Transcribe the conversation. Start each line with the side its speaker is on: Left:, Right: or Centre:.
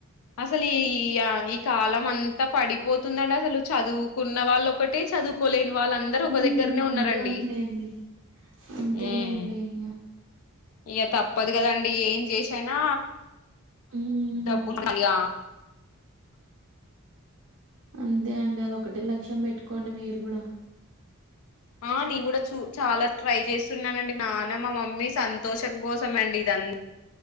Left: అసలు ఈ ఈ ఈ కాలం అంత అంత పడిపోతుందండి అసలు చదువుకున్న వాళ్ళు ఒకటే చదువుకోలేని వాళ్ళందరూ
Right: ఉమ్
Left: ఒక దగ్గరనే
Right: అంతే
Left: ఉన్నారండి
Right: అంతేలేండి అంతేలేండి
Left: హుమ్
Right: ఇగ
Left: ఇగా తప్పదు కదండి ఏం జేసైనా
Right: ఉమ్
Left: దబ్బులుండి <unintelligible>
Right: అంతే అండి అది ఒక్కటే లక్ష్యం పెట్టుకోండి మీరు కూడా
Left: ఆ నేను కూడా చూ చాలా ట్రై చేస్తున్నానండి నాన్న మా మమ్మీ సంతోషం కోసం అండి ఇదంత